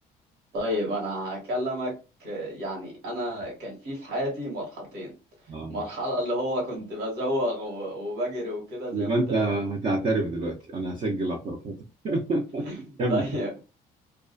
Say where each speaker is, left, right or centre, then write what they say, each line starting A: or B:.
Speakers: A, on the right; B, on the right.
A: طيب انا هكلمك يعني انا كان في في حياتي مرحلتين
B: اه
A: مرحلة اللي هو كنت بزوغ و- وبجري وكده زي
B: يبقى
A: ما انت
B: انت
A: بتقول
B: هتعترف دلوقتي انا هسجل اعترافاتك <laughs>
A: <laughs>
B: كمل
A: طيب